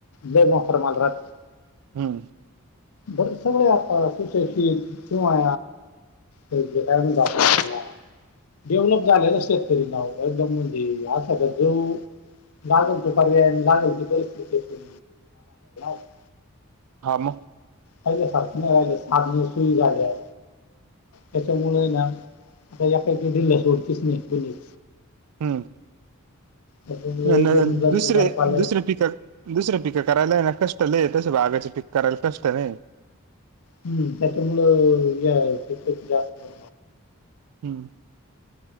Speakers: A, on the left; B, on the right.
A: लय <unintelligible> माल राहतं.
B: हम्म
A: बरं सगळे आता सुशक्षीत किंवा हे जे काय म्हणतो आपण त्याला-. डेव्हलप झालेला शेतकरी नाव एकदम म्हणजे अस तर जो-. लागंल ते पर्याय अन् लागंल ते पैसे. <unintelligible>
B: हां मग.
A: पहिले सारखं नाई राहिले साधने सुई झाल्या. त्याच्यामुळे ना आता एकाएकी ढिल्ल सोडतीच नी कोणीच.
B: हम्म
A: त्याच्यामुळे
B: अन
A: एकदम दर्जेदार
B: दुसरे
A: पाले
B: दुसरे पिकं-. दुसरे पिकं करायला आहे ना कष्ट लय, तस बागाचे पीकं करायला कष्ट नहीये.
A: हम्म त्याच्यामुळं <unintelligible> जास्त कर.
B: हं <unintelligible>